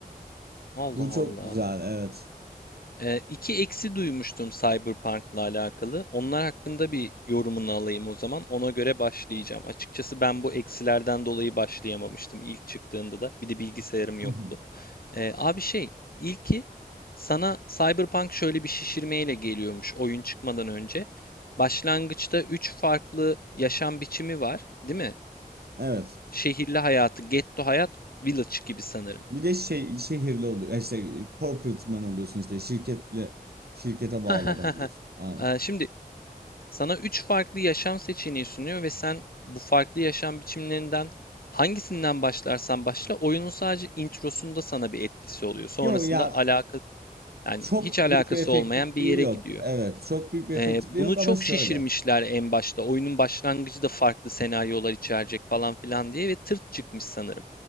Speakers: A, on the left; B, on the right.
A: Allah
B: Bu çok
A: Allah.
B: güzel, evet.
A: Ee, iki eksi duymuştum Cyberpunk'la alakalı. Onlar hakkında bir yorumunu alayım o zaman. Ona göre başlayacağım. Açıkçası ben bu eksilerden dolayı başlayamamıştım ilk çıktığında da. Bir de bilgisayarım yoktu.
B: <laughs>
A: Ee, abi şey, ilki sana Cyberpunk şöyle bir şişirmeyle geliyormuş oyun çıkmadan önce. Başlangıçta üç farklı yaşam biçimi var, değil mi?
B: Evet.
A: Şehirli hayatı, ghetto hayat, village gibi sanırım. <laughs>
B: Bir de şey şehirli oluyor. e, İşte corporate man oluyorsun işte şirketle şirkete bağlı
A: Ha
B: adam
A: ha
B: oluyorsun. Aynen.
A: ha. Şimdi Sana üç farklı yaşam seçeneği sunuyor ve sen bu farklı yaşam biçimlerinden hangisinden başlarsan başla oyunun sadece introsunda sana bir etkisi oluyor. Sonrasında
B: Yok ya
A: alaka yani
B: çok
A: hiç alakası
B: büyük bir efektifliği
A: olmayan bir yere
B: yok.
A: gidiyor.
B: Evet, çok büyük bir efektifliği
A: Ee, bunu
B: yok
A: çok
B: ama şöyle.
A: şişirmişler en başta. Oyunun başlangıcı da farklı senaryolar içerecek falan filan diye ve tırt çıkmış sanırım.